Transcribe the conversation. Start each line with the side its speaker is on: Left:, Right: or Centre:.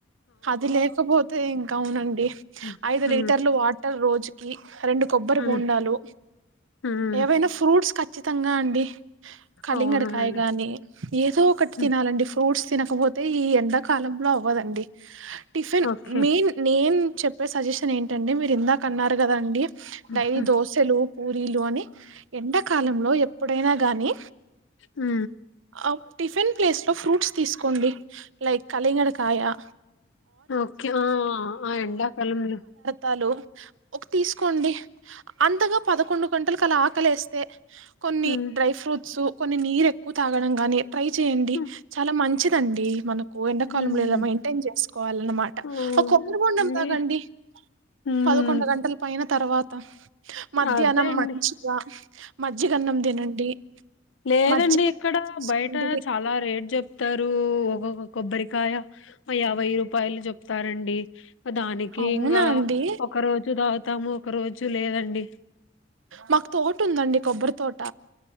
Right: అది లేకపోతే ఇంక్ అవునండి
Left: ఉ ఉ
Right: టర్ లో వాటర్ రోజు ఈ రెండు కొబ్బరి
Left: హ్మ్
Right: బొండాలు
Left: హ్మ్
Right: ఏవైనా ఫ్రూట్స్ కచ్ ఖచ్చితంగా అండి కలింగడికాయ
Left: అవునండి.
Right: గాని ఏదో ఒకటి
Left: హ్మ్.
Right: తినాలండి ఫ్రూట్స్ తినకపోతే ఈ ఎండాకాలంలో అవ్వదండి టిఫీన్
Left: ఓకే.
Right: మెన్ నేన్ చెప్పే సజెషన్ ఏంటి ఎండి మీరు ఇందాక అన్నారు గదా అండి
Left: హుహు.
Right: డైలీ దోశలు పూరీలు అని ఎండకాలంలో ఎప్పుడైనా గానీ
Left: ఆ
Right: ఆ టిఫిన్ ప్లేస్ లో ఫ్రూట్స్ తీసుకోండి లైట్ కలింగడ కాయా
Left: ఓకే ఆ ఆ ఎండా కాలం లో
Right: చాలు ఒక తీసుకోండి అంతగా పదకొండు గంటలకు అలా ఆకలి వేస్తే కొన్ని
Left: హ్మ్.
Right: డ్రై ఫ్రూట్స్ కొన్ని నీరు ఎక్కువ తాగడం గానీ ట్రై చేయండి
Left: హ్మ్.
Right: చాలా మంచి మంచిదండి మన ఎండాకాలంలో
Left: హ్మ్.
Right: ఇలా మెయింటైన్ చేసుకోవాలన్నమాట
Left: అవునండి.
Right: ఒక కొబ్బరి బొండం తాగండి
Left: హ్మ్.
Right: పదకొండు గంటల పైన తర్వాత మధ్యాహ్నం
Left: అదే అండి.
Right: మంచిగా మజ్జిగన్నం తినండి
Left: లేదండి
Right: మజ్జిగ
Left: ఇక్కడ
Right: ఉప్మా చేసుకోండి
Left: బయట చాలా రేట్ చెప్తారు ఒక్కొక్క కొబ్బరికాయ యాభై రూపాయలు చెప్తారండి దానికి
Right: అవునా
Left: ఇంకా
Right: అండి
Left: ఒక రోజు ద తాము ఒక రోజు లేదండి
Right: మాకు తోట ఉందండి కొబ్బరి తోట